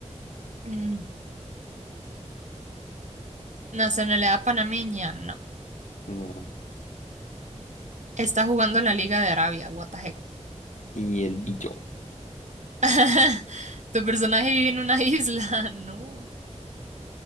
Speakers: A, on the right; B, on the left.
A: Mm. Nacionalidad panameña. No.
B: No.
A: Está jugando en la Liga de Arabia. What the heck.
B: Y el billo.
A: <laughs> ¿Tu personaje vive en una isla? <laughs> No.